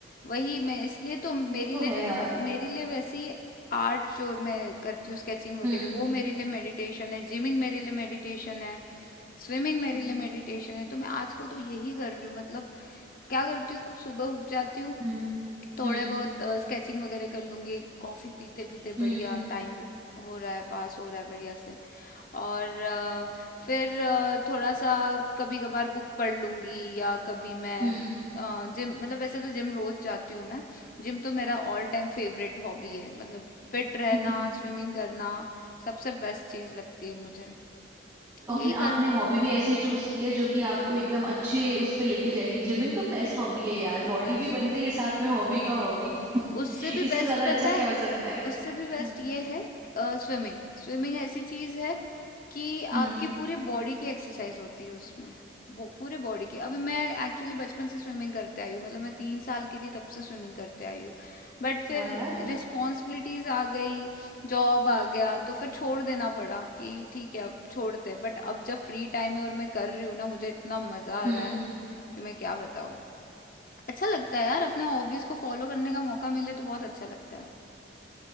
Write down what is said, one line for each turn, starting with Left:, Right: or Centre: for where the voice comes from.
Left: वही मैं इसलिए तो मेरे
Right: ये तो
Left: लिए
Right: है
Left: जैस,
Right: यार
Left: मेरे लिए वैसी आर्ट जो मैं करती हूँ स्केचिंग वगैरह
Right: हम्म
Left: वो मेरे लिए मेडिटेशन है जिमिंग मेरे लिए मेडिटेशन है स्विमिंग मेरे
Right: हम्म
Left: लिए मेडिटेशन है तो मैं आजकल तो यही कर रही हूँ मतलब क्या करती हूँ सुबह उठ जाती हूँ
Right: हम्म
Left: थोड़े
Right: हम्म
Left: बहुत स्केचिंग वगैरह कर लूंगी कॉफी पीते पीते
Right: हम्म
Left: बढ़िया टाइम हो रहा है पास हो रहा है बढ़िया से और अ, फिर अ, थोड़ा सा कभी कभार बुक पढ़ लूंगी या कभी मैं
Right: हम्म
Left: जिम मतलब वैसे तो जिम रोज जाती हूँ मैं जिम तो मेरा ऑल टाइम फेवरेट हॉबी है मतलब फिट रहना
Right: <laughs>
Left: स्विमिंग करना सबसे बेस्ट चीज लगती है मुझे
Right: आपने
Left: यही कर
Right: आपने हॉबी भी ऐसे चूज की है जो कि आपको एकदम अच्छे उस पे लेके जाएगी जिमिंग तो बेस्ट हॉबी है यार बॉडी
Left: बेस्ट
Right: भी बन
Left: है
Right: रही है साथ में हॉबी का हॉबी <laughs>
Left: उससे भी
Right: इससे
Left: बेस्ट
Right: ज्यादा
Left: पता
Right: अच्छा क्या
Left: है
Right: हो सकता है
Left: उससे भी बेस्ट
Right: हम्म
Left: ये है स्विमिंग स्विमिंग ऐसी चीज है कि
Right: हम्म
Left: आपके पूरे बॉडी की एक्सरसाइज होती है उसमें बो- पूरे बॉडी की अभी मैं एक्चुअली बचपन से स्विमिंग करते आई हूँ मतलब मैं तीन साल की थी तब से स्विमिंग करते आई हूँ बट फिर
Right: वाह यार
Left: रिस्पॉन्सिबिलिटीज आ गई जॉब
Right: हम्म
Left: आ गया तो फिर छोड़ देना पड़ा कि ठीक है अब छोड़ते बट अब जब फ्री टाइम है और मैं कर रही हूँ ना मुझे इतना मजा
Right: हम्म
Left: आ रहा है कि मैं क्या बताऊँ अच्छा लगता है यार अपने हॉबीज को फॉलो करने का मौका मिले तो बहुत अच्छा लगता है